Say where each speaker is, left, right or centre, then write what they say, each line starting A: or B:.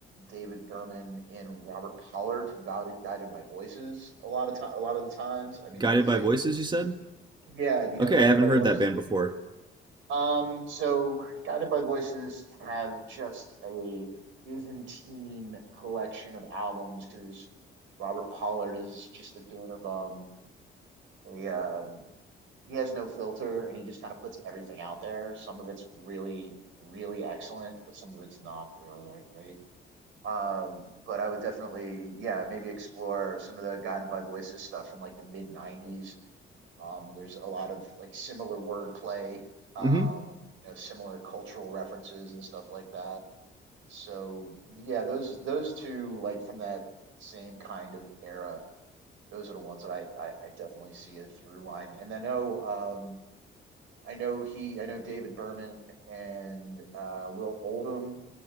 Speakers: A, on the right; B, on the right.
A: David Berman and Robert Pollard from Guided, Guided by Voices. A lot of time, a lot of the times. I mean,
B: Guided
A: that is
B: by
A: a
B: Voices, you said?
A: yeah. Do you
B: Okay,
A: know Guided
B: I haven't
A: by
B: heard
A: Voices?
B: that band before.
A: Um, so Guided by Voices have just a Byzantine collection of albums because Robert Pollard is just a bit of um he um he has no filter and he just kind of puts everything out there. Some of it's really, really excellent, but some of it's not really that great. Um, but I would definitely, yeah, maybe explore some of the Guided by Voices stuff from like the mid '90s. Um, there's a lot of like similar wordplay, um,
B: hmm
A: you know, similar cultural references and stuff like that. So yeah, those those two like from that same kind of era those are the ones that I, I, I definitely see a through line. And I know um, I know he I know David Berman and uh, Will Oldham